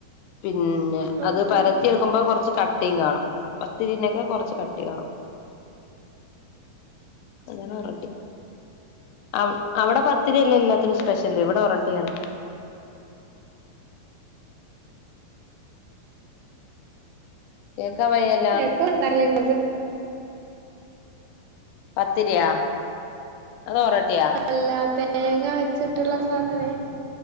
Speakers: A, on the left (about 85°); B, on the right (about 85°).
A: പിന്നെ
B: ആഹ്
A: അത് പരത്തി
B: ആഹ്
A: വയ്ക്കുമ്പോ കൊറച്ച് ക ട്ടീം കാണും. പ ത്തിരിനേക്കാ കൊറച്ച് കട്ടി കാണും അതാണ് ഒറട്ടി അവഅവിടെ പത്തിരി അല്ലേ എല്ലാത്തിനും സ്പെഷ്യൽ ഇവിടെ ഒറട്ടിയാണ് കേക്കാൻ വയ്യല്ല
B: കേൾക്കു ഇണ്ടായില്ല ഇങ്ങക്ക്
A: പത്തിരിയാ അതോ ഒറോട്ടിയ
B: അല്ല തേങ്ങ വച്ചിട്ടുള്ള സാധനം